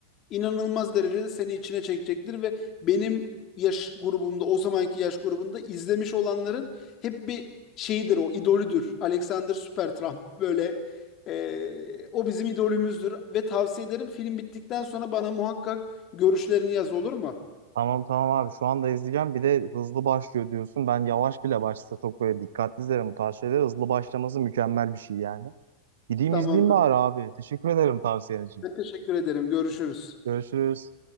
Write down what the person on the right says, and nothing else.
Tamam tamam abi şu anda izleyeceğim. Bir de hızlı başlıyor diyorsun. Ben yavaş bile başlasa çok böyle dikkatli izlerim bu tarz şeyleri. Hızlı başlaması mükemmel bir şey yani. Gideyim
izleyeyim bari abi. Teşekkür ederim tavsiyen için.
Görüşürüz.